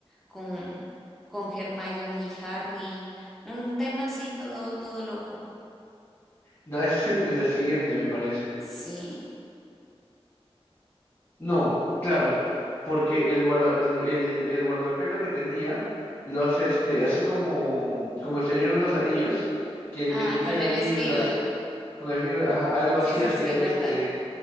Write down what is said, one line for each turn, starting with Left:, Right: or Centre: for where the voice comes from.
Centre: con, con Hermione y Harry. Un tema así todo, todo loco.
Left: No, esa es el- la siguiente, me parece.
Centre: ¿Sí?
Left: No, claro, porque el, guarda- el, el- el guardapelo que tenía lo hace este, así como, como el Señor de los Anillos, que el
Centre: Ah,
Left: que tenía
Centre: con
Left: el anillo,
Centre: el Smigol.
Left: las, con el, algo así
Centre: Sí, sí,
Left: hacía
Centre: sí,
Left: el
Centre: verdad.
Left: este.